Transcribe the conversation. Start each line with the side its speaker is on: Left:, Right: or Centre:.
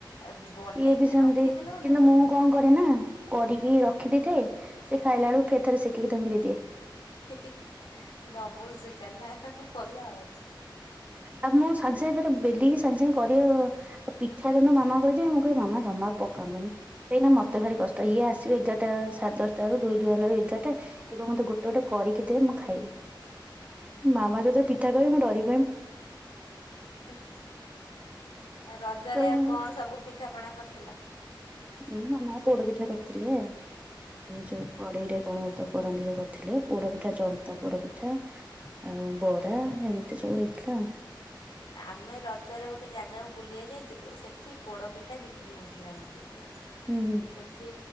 Left: ଆ ବନେଇକି
Right: ଇଏ ବି ସେମିତି
Left: ରଖିଦେଲେ ଗୋଟେ
Right: କିନ୍ତୁ
Left: ଚଳିବ।
Right: ମୁଁ କଣ କରେ ନା କରିକି ରଖିଦେଇଥାଏ ସେ ଖାଇଲା ବେଳକୁ ଫେରେ ଥରେ ସେକିକି ତାଙ୍କୁ ଦେଇଦିଏ।
Left: ଇ ହି ହି ଡବଲ ସେକା ନା ହା ହା ଭଲ ଆଉ।
Right: ଆଉ ମୁଁ ସାଙ୍ଗେ ସାଙ୍ଗେ ଫେରେ ବେଲିକି ସାଙ୍ଗେ ସାଙ୍ଗେ କରିଓ ପିଠା ଯୌନ ମାମା ଭୋଜି ମୁଁ କହେ ମାମା ଜମା ପ କାନ୍ଦୁନି ଏଇନା ମତେ ଭାରି କଷ୍ଟ ଇଏ ଆସିବେ ଏଗାରଟା ସାଢେ ଦଶଟା ରୁ ଧଇ ଧୁଆ ହେଲାବେଳକୁ ଏଗାରଟା ଏ କହିବ ମତେ ଗୋଟେ ଗୋଟେ କରିକି ଦେ ମୁଁ ଖାଇବି ମାମା ଯେତେବେଳେ ପିଠା କରି ମୁଁ ଡରି
Left: ହୁଁ ହୁଁ ଆ ରଜରେ
Right: କହିବୁ
Left: ଆଉ କଣ ସବୁ ପିଠାପଣା କରିଥିଲ?
Right: ଉ ମାମା ପୋଡପିଠା କରିଥିଲେ ଉ ଯୋଉ କଢେଇରେ କଣ ତ କରନ୍ତି ଯୋଉ କରିଥିଲେ ପୋଡପିଠା ଜନ୍ତା ପୋଡପିଠା ଆଉ ବରା ଏମତି ସବୁ ହେଇଥିଲା।
Left: ଆମେ ରଜରେ ଗୋଟେ ଜାଗାକୁ ବୁଲିଆ ଯାଇଥିଲୁ ସେଠି ପୋଡପିଠା ବିକ କ୍ରି ହଉଥିଲା ଏମିତି ହେଲା।
Right: ହୁଁ ହୁଁ।
Left: ଏଠି